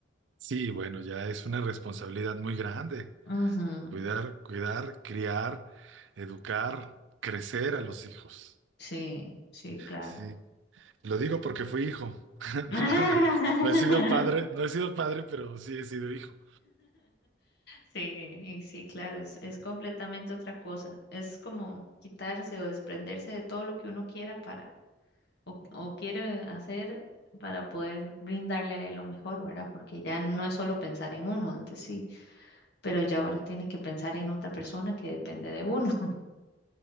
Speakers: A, on the right; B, on the left.
A: Sí, bueno, ya es una responsabilidad muy grande.
B: Ujú,
A: Cuidar, cuidar, criar, educar, crecer a los hijos.
B: Sí, sí, claro.
A: Sí, lo digo porque fui hijo. <laughs>
B: <laughs>
A: No he sido padre, no he sido padre, pero sí he sido hijo.
B: Sí, y sí, claro, es, es completamente otra cosa. Es como quitarse o desprenderse de todo lo que uno quiera para o, o quiere hacer para poder brindarle a él lo mejor, ¿verdad? Porque ya no es solo pensar en uno, antes sí, pero ya ahora tienes que pensar en otra persona que depende de uno. <laughs>